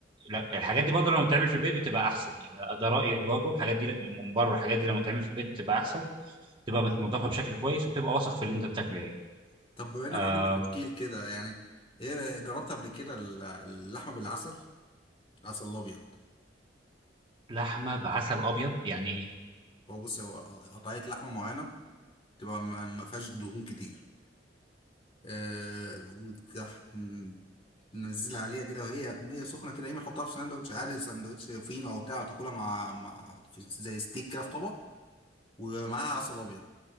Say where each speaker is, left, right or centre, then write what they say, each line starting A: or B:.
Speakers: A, on the right (about 30°); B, on the left (about 30°).
A: لا الحاجات دي برضه لما بتتعمل في البيت بتبقى أحسن يعني ده رأيي برضه الحاجات دي الممبار والحاجات دي لما بتتعمل في البيت بتبقى أحسن تبقى متنضفه بشكل كويس وتبقى واثق في اللي انت بتاكله يعني
B: طب بما انك
A: آه
B: راجل اكيل كده يعني ايه جربت قبل كده ال- اللحمه بالعسل عسل ابيض
A: لحمه بعسل ابيض يعني ايه
B: هو بص هو قطعيه لحمه معينه تبقى ما ما فيهاش دهون كتير آه وتح... م- ننزل عليها كده وهي هي سخنه كده يا اما تحطها في ساندوتش عادي ساندوتش فينو او بتاع تاكلها مع, مع في زي ستيك كده في طبق ومعاها عسل ابيض